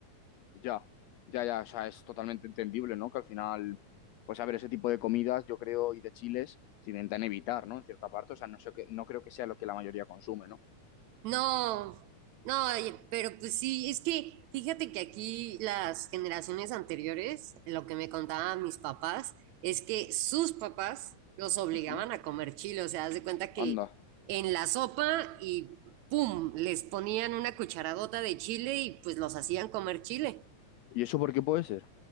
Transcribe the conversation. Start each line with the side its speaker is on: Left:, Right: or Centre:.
Left: Ya, ya, ya, o sea, es totalmente entendible, ¿no? Que al final, pues a ver, ese tipo de comidas, yo creo, y de chiles, se intentan evitar, ¿no? En cierta parte, o sea, no sé que, no creo que sea lo que la mayoría consume, ¿no?
Right: No, no, oye, pero pues sí, es que fíjate que aquí las generaciones anteriores, lo que me contaban mis papás, es que sus papás los obligaban
Left: Ujú.
Right: a comer chile, o sea, haz de cuenta que
Left: Anda.
Right: en la sopa y pum, les ponían una cucharadota de chile y pues los hacían comer chile.
Left: ¿Y eso por qué puede ser?